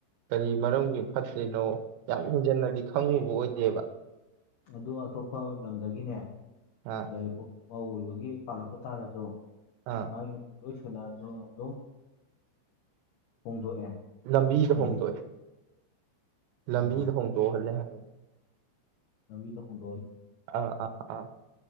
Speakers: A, on the right; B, on the left.
A: ꯀꯔꯤ ꯃꯔꯝꯒꯤ ꯐꯠꯇ꯭ꯔꯤꯅꯣ ꯌꯥꯝ ꯍꯦꯟꯖꯤꯟꯅꯗꯤ ꯈꯪꯉꯨꯕ ꯑꯣꯏꯗꯦꯕ
B: ꯑꯗꯨ ꯑꯇꯣꯞꯄ ꯂꯝꯗꯒꯤꯅꯦ
A: ꯑꯥ
B: ꯌꯥꯢꯔꯤꯄꯣꯛ ꯄꯥꯎ ꯑꯣꯏꯕꯒꯤ ꯄꯥꯜꯂꯛꯄ ꯇꯥꯔꯖꯨ
A: ꯑꯥ
B: ꯃꯥꯒꯤ ꯂꯣꯢ ꯁꯨꯅꯖꯨ ꯑꯗꯨꯝ ꯍꯣꯡꯗꯣꯛꯑꯦ
A: ꯂꯝꯕꯤꯗ
B: ꯂꯝꯕꯤ
A: ꯍꯣꯡꯗꯣꯛꯑꯦ ꯂꯝꯕꯤꯗ
B: ꯑꯥ
A: ꯍꯣꯡꯗꯣꯛꯍꯜꯂꯦ ꯍꯥꯏꯕꯅ
B: ꯂꯝꯕꯤꯗ ꯍꯣꯡ
A: ꯑꯥ ꯑꯥ